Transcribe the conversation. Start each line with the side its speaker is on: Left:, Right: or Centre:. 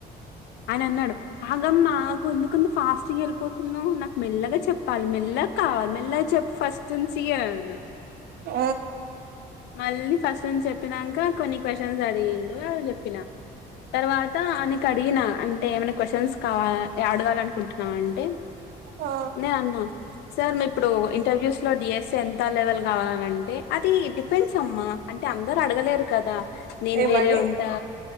Left: ఆయన అన్నాడు. ఆగమ్మ ఆగు ఎందుకంత ఫాస్టుగా ఏళ్ళిపోతున్నావు నాకు మెల్లగా చెప్ వాల్ మెల్ల కావాలి మెల్లగా చెప్పు ఫస్ట్ నుంచి అన్ అన్నడు
Right: ఊ
Left: మళ్ళీ ఫస్ట్ నుంచి చెప్పినంక కొన్ని క్వశ్చన్స్ అడిగిండు అవి చెప్పినా తర్వాత ఆనకి అడిగినా అంటే ఏమన క్వశ్చన్స్ కావాల అడగాల ఎ అనుకుంటున్నావా అంటే
Right: ఆ
Left: నేను అన్నా సార్ మిప్పుడు ఇంటర్వ్యూస్ లో డిఎస్సే ఎంత లెవెల్ కావాలని అంటే అది డిపెండ్స్ అమ్మా అన్ టే అందరు అడగలేరు కదా నేను
Right: ఏమని
Left: వేరే ఉంటా